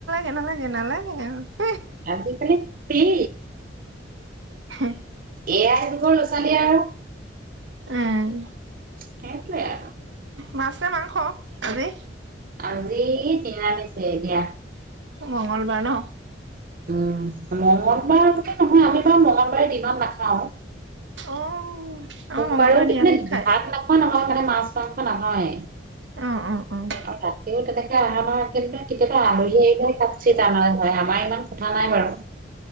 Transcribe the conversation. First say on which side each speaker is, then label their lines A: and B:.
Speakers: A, on the right; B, on the right.
A: এনালাগে নালাগে উ
B: আজিকালি প্লি
A: হে
B: এয়াই হ'ব লৈছ ছোৱালী আউ
A: উম।
B: সেটো এ আউ
A: মাছনে, মাংস, আজি?
B: আজি তিৰামিছে দিয়া।
A: মঙলবাৰ ন'।
B: উম। মঙ্গলবাৰ আগতে নহয়, আমিবাউ মঙগলবাৰে দিনত নাখাওঁ।
A: অ'। আমাৰ
B: সোমবাৰেও
A: মংগলবাৰে নিৰামিষ
B: <unintelligible>
A: খায়।
B: ভাত নোখোৱা নহয়। মা মা মাছ। <unintelligible> নাহয় আউ
A: অ' অ' অ'
B: ৰাতিও তেনে আহামাহা কেটো কেতিয়াবা আলহী আহিলে কাটিছিল আনা হয়, আমাৰ ইমান কথা নাই বাৰু।